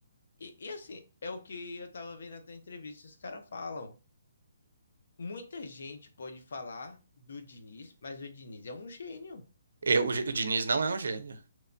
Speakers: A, on the left; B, on the right.
A: E, e assim, é o que eu tava vendo até entrevista, os caras falam. Muita gente pode falar do Diniz, mas o Diniz é um gênio.
B: Eu- o, Ge- o Diniz não é um gênio.